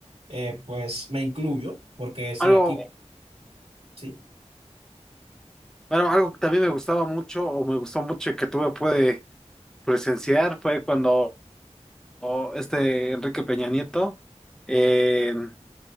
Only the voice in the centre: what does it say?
Algo,
bueno, algo que también me gustaba mucho, o me gustó mucho y que tuve pude presenciar, fue cuando o, este Enrique Peña Nieto, eh, No